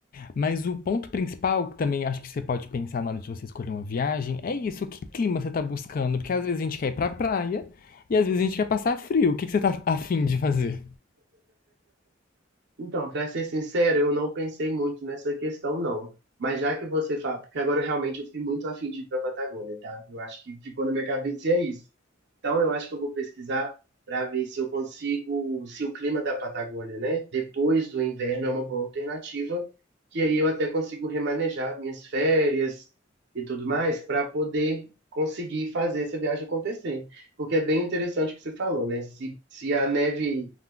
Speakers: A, on the left; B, on the right.
A: mas o ponto principal, que também acho que você pode pensar na hora de você escolher uma viagem, é isso, que clima você tá buscando. Porque às vezes a gente quer ir pra praia e às vezes a gente quer passar frio. O que que você tá afim de fazer?
B: Então, para ser sincero, eu não pensei muito nessa questão, não. Mas já que você fala, porque agora realmente eu fiquei muito afim de ir para a Patagônia, tá? Eu acho que ficou na minha cabeça e é isso. Então, eu acho que eu vou pesquisar para ver se eu consigo, se o clima da Patagônia, né, depois do inverno é uma boa alternativa, que aí eu até consigo remanejar minhas férias e tudo mais para poder conseguir fazer essa viagem acontecer. Porque é bem interessante o que você falou, né? Se, se a neve